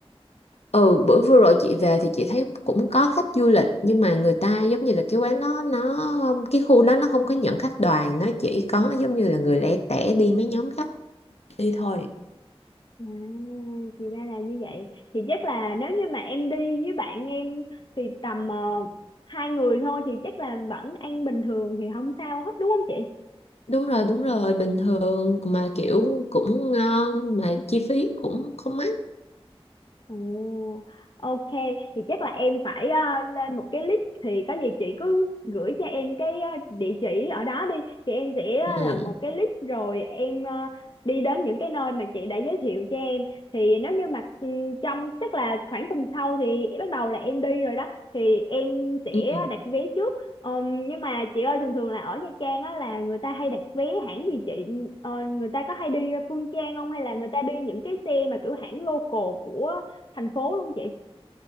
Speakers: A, on the left; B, on the left.
A: Ừ, bữa vừa rồi chị về thì chị thấy cũng có khách du lịch nhưng mà người ta giống như là cái quán đó nó cái khu đó nó không có nhận khách đoàn nó chỉ có giống như là người lẻ tẻ đi mấy nhóm khách đi thôi.
B: À, thì ra là như vậy. Thì chắc là nếu như mà em đi với bạn em thì tầm ờ, hai người thôi thì chắc là vẫn ăn bình thường thì không sao hết đúng không chị?
A: Đúng rồi, đúng rồi, bình thường mà kiểu cũng ngon mà chi phí cũng không mắc.
B: Ồ, ok, thì chắc là em phải ờ, lên một cái list thì có gì chị cứ gửi cho em cái ờ, địa chỉ ở đó đi thì em sẽ ờ,
A: Ừ.
B: lập một cái list rồi em ờ, đi đến những cái nơi mà chị đã giới thiệu cho em thì nếu như mà ừm, trong chắc là khoảng tuần sau thì bắt đầu là em đi rồi đó thì em sẽ
A: Ừ.
B: đặt vé trước Ờm, nhưng mà chị ơi thường thường là ở Nha Trang á là người ta hay đặt vé hãng gì chị Ờ, người ta có hay đi Phương Trang không hay là người ta đi những cái xe mà kiểu hãng local của thành phố luôn chị